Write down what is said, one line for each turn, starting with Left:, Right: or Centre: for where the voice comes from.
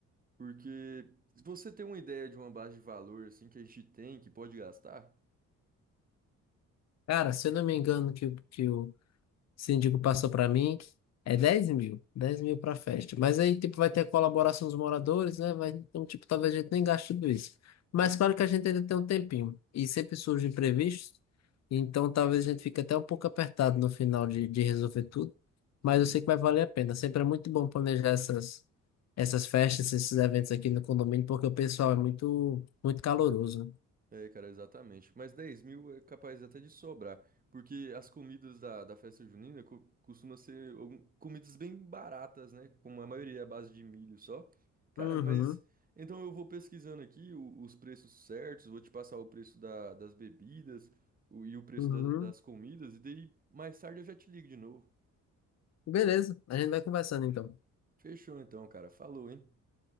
Right: porque se você tem uma ideia de uma base de valor assim que a gente tem, que pode gastar,
Left: Cara, se eu não me engano que, o- que o Esse síndico passou para mim, é dez mil, dez mil para festa. Mas aí, tipo, vai ter a colaboração dos moradores, né? Vai, então, tipo, talvez a gente nem gaste tudo isso. Mas claro que a gente ainda tem um tempinho. E sempre surgem imprevistos, então talvez a gente fique até um pouco apertado no final de, de resolver tudo. Mas
Right: Sim.
Left: eu sei que vai valer a pena. Sempre é muito bom planejar essas, essas festas, esses eventos aqui no condomínio, porque o pessoal é muito, muito caloroso.
Right: É, cara, exatamente. Mas dez mil é capaz até de sobrar, porque as comidas da, da festa junina co costumam ser algum- comidas bem baratas, né? Como a maioria é à base de milho só. Cara,
Left: Uhum,
Right: mas então eu vou pesquisando aqui o- os preços certos, vou te passar o preço da- das bebidas o- e o preço
Left: uhum.
Right: da- das comidas, e daí mais tarde eu já te ligo de novo.
Left: Beleza, a gente vai conversando então.
Right: Fechou então, cara. Falou, hein?